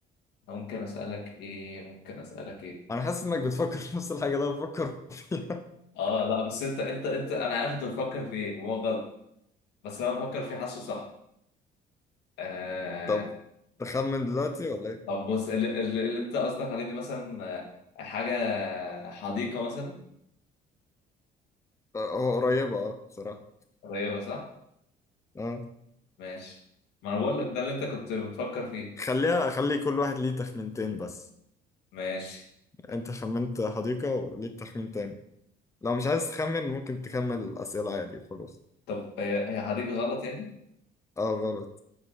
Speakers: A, on the left; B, on the left.
A: ممكن اسالك ايه ممكن اسالك ايه
B: أنا حاسس إنك بتفكر في نفس الحاجة اللي أنا بفكر فيها
A: اه لا بس انت انت انت انا عارف انت بتفكر في ايه هو غلط بس انا بفكر فيه حاسه صح آه
B: <laughs> طب تخمن دلوقتي ولا إيه؟
A: طب بص اللي, اللي اللي انت قصدك عليه دي مثلا آه، حاجة حديقة مثلا
B: آه، هو قريبة أه بصراحة
A: قريبة صح؟
B: أه
A: ماشي ما انا بقول لك ده اللي انت كنت بتفكر فيه
B: خليها خلي كل واحد ليه تخمينتين بس
A: ماشي ماشي.
B: انت خمنت حديقة وليك تخمين تاني لو مش عايز تخمن ممكن تكمل الأسئلة عادي وخلاص
A: طب آه، هي حديقة غلط يعني؟
B: اه غلط